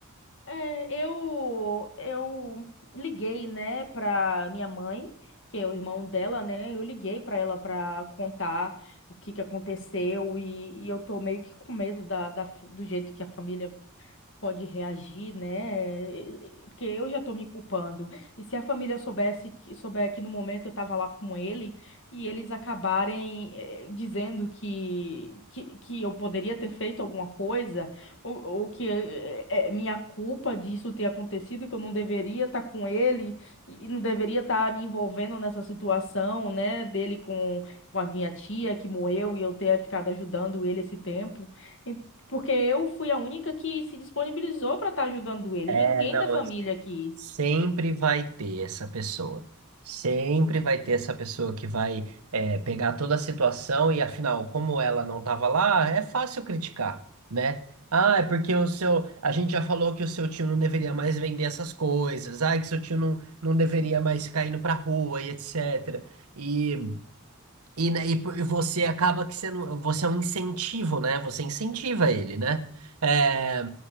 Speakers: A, on the left (about 60°); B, on the right (about 80°).
A: É, eu eu liguei, né, pra minha mãe, que é o irmão dela, né? Eu liguei pra ela pra contar o que que aconteceu e, e eu tô meio que com medo da, da f- do jeito que a família pode reagir, né? Porque eu já tô me culpando. E se a família soubesse que souber que no momento eu tava lá com ele e eles acabarem eh, dizendo que, que que eu poderia ter feito alguma coisa ou, ou que eh, é minha culpa disso ter acontecido, que eu não deveria estar com ele e e não deveria estar me envolvendo nessa situação, né, dele com com a minha tia que morreu e eu ter ficado ajudando ele esse tempo. Porque eu fui a única que se disponibilizou para estar ajudando ele.
B: É,
A: Ninguém
B: não,
A: da família quis.
B: Sempre vai ter essa pessoa. Sempre vai ter essa pessoa que vai é, pegar toda a situação e, afinal, como ela não estava lá, é fácil criticar, né? Ah, é porque o seu. A gente já falou que o seu tio não deveria mais vender essas coisas. Ah, que seu tio não, não deveria mais ficar indo pra rua e etc. E e, né, e por- e você acaba que sendo, você é um incentivo, né? Você incentiva ele, né? É,